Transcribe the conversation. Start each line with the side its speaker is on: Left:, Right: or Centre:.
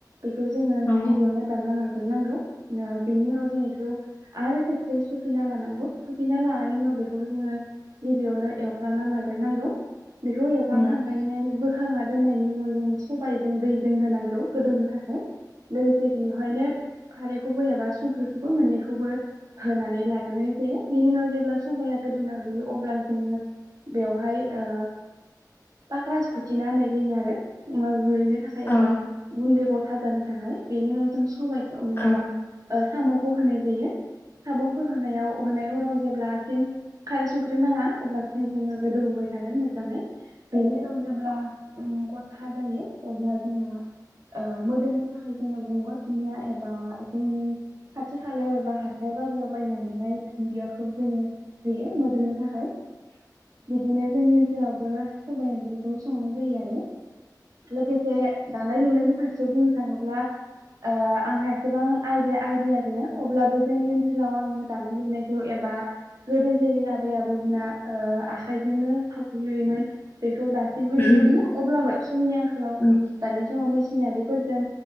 Right: बेखौ जोङो
Left: औ
Right: गिबियावनो दानना ला ग्रोनांगौ ओ बेनि उनाव जों बेखौ आरो खेबसे सुफिना लानांगौ सुफिना लानायनि उनाव बेखौ जोङो गिबियावनो एवफ्राना लाग्रोनांगौ बेखौ एवफ्रामखांनायनै
Left: औ
Right: बोखांना दोननायनि उनाव जोङो सबाय जों दैजों होनांगौ गोदौनो थाखाय लोगोसे बेयाव बेहायनो खारैखौबो एबा संख्रिखौबो मोनैखौबो होनानै लाग्रोनाय जायो बिनि उनाव जेब्ला सबाया गोदौना रुयो अब्ला जोङो बेवहाय ओ बा ख्रासखुथिना होननाय जायो आरो थाखाय एबा
Left: औ
Right: गुन्दै गथा जानो थाखाय बेनि उनाव जों सबाय माबा
Left: औ
Right: ओ साम' खौ होनाय जायो साम'खौ होनायाव होनाय उनाव जेब्लासिम फिन खारै संख्रि नाङा अब्लासिम जोङो गोदौहोबाय थागोन मोजाङै बेनि उनाव जेब्ला ओं गथा जायो अब्ला जोंना ओ मोदोमनो थाखाय जोंना गंगार दुनिया एबा जोंनि खाथि खालायाव एबा हाथाय बाजाराव बायना मोननाय दुन्दियाखौ जोङो होयो मोदोमनो थाखाय। बिदिनो जोंनि ओनसोलावबो सबाइ ओंख्रिखौ संनाय जायो आरो। लोगोसे दानाय लुनायनि फारसेयाव बुंनो थाङोब्ला ओ आंहा बेसेबां आइदिया आइदिया गैया। अब्लाबो जोंनि ओनसोलाव आङो दानाय लुनायखौ एबा गोदो जेरै आबै आबैमोना ओ आखायजोंनो थावख्रि लुयोमोन बे खौ दासिमबो नुनो
Left: उम
Right: मोनो अब्लाबो समनि बेयाव
Left: उम
Right: दानि समाव मेसिनारिफोरजों